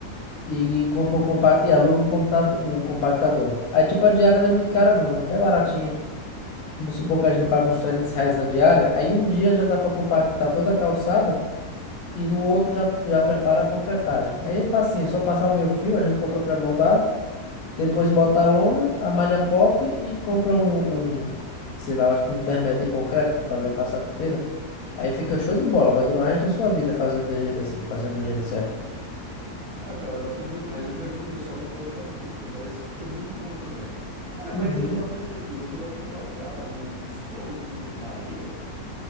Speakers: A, on the left (about 70°); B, on the right (about 65°).
A: e compra um compa e aluga um computador, um compactador. Aí tipo a diária não é muito cara não, é até baratinha. Vamos supor que a
B: Não,
A: gente paga
B: ca-
A: uns 300 reais na diária, aí um dia já dá para compactar toda a calçada e no outro já, já prepara a concretagem. Aí é facinho, é só passar o meio fio, a gente compra pré-moldado, depois bota a lona, a malha pop e compra um, um, sei lá, eu acho que uns 10 metros de concreto para fazer a calçada inteira. Aí fica show de bola, vai durar o resto da sua vida fazendo de jeito assim, fazendo do jeito certo.
B: ah, cara, bacana demais. Eu já vi um pessoal que coloca brita, parece que fica muito bom também. Cara,
A: Uhum.
B: mas eu tava pensando aqui, você vai compactar o, o solo com areia?